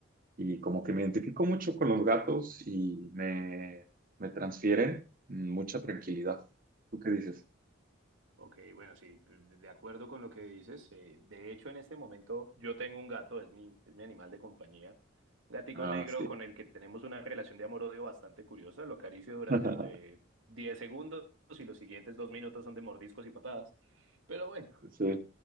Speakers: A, on the right; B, on the right.
A: Y como que me identifico mucho con los gatos y me, me transfieren mucha tranquilidad. ¿Tú qué dices?
B: Ok, bueno, sí, de acuerdo con lo que dices. eh, de hecho, en este momento yo tengo un gato, es mi, es mi animal de compañía. Un gatico
A: Ah,
B: negro
A: sí.
B: con el que tenemos una relación de amor-odio bastante curiosa. Lo acaricio durante
A: <laughs>
B: de 10 segundos y los siguientes dos minutos son de mordiscos y patadas. Pero bueno,
A: Sí.